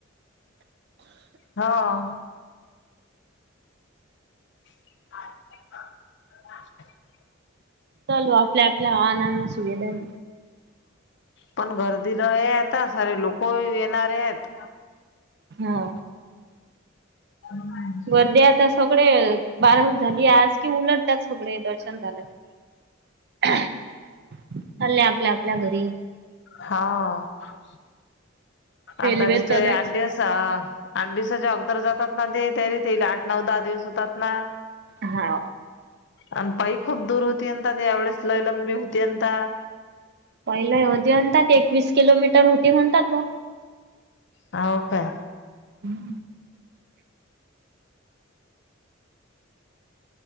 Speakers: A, on the left; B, on the right.
A: हव. <inaudible>
B: चलू आपल्या आपल्या वाहनांना सुविधांनी
A: पण गर्दी लये आता सारे लोक येणार येत.
B: हो.
A: <inaudible>
B: गर्दी आता सगळे <unintelligible> झाली आज कि उलटतात सगळे दर्शन झालं की. चालले आपल्या आपल्या घरी.
A: हां,
B: रेल्वे
A: आता बिचारी
B: तलय
A: आठ दिवस. आठ दिवसाच्या अगोदर जातात ना ते, तयारी तेयले आठ नऊ दहा दिवस होतात ना.
B: हांव.
A: अ पाई खूप दूर होतीयंत ते, एवढळेच लयलंबी होतीयता.
B: पहिले होते म्हणतात, एकवीस किलोमीटर होती म्हणतात बा.
A: हो काय.
B: हं.